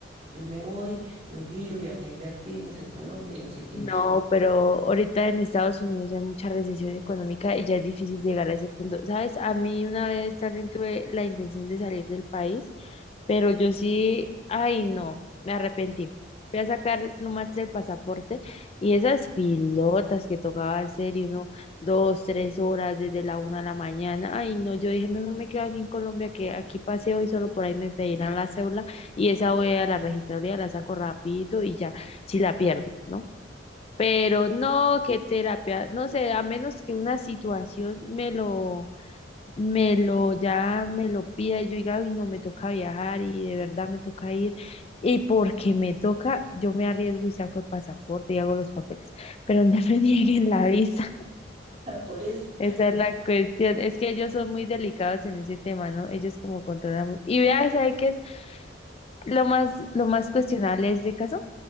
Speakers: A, on the right; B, on the left.
A: Yo me voy, yo giro y acá invertimos en Colombia y no sé qué.
B: No, pero ahorita en Estados Unidos hay mucha recesión económica y ya es difícil llegar a ese punto. ¿Sabes? A mí una vez también tuve la intención de salir del país, pero yo sí, ay no, me arrepentí. Fui a sacar nomás el pasaporte y esas pilotas que tocaba hacer y uno, dos, tres horas desde la una de la mañana. Ay no, yo dije, mejor me quedo aquí en Colombia que aquí paseo y solo por ahí me pedirán la cédula y esa voy a la registraduría, la saco rapidito y ya, si la pierdo, ¿no? Pero no, qué terapia, no sé, a menos que una situación me lo, me lo, ya me lo pida y yo diga, uy, no, me toca viajar y de verdad me toca ir. Y porque me toca, yo me arriesgo y saco el pasaporte y hago los papeles, pero no me <laughs> nieguen la visa.
A: <laughs> Por eso.
B: Esa es la cuestión. Es que ellos son muy delicados en ese tema, ¿no? Ellos como controlan muy... Y vea, ¿sabe qué es lo más, lo más cuestionable de ese caso?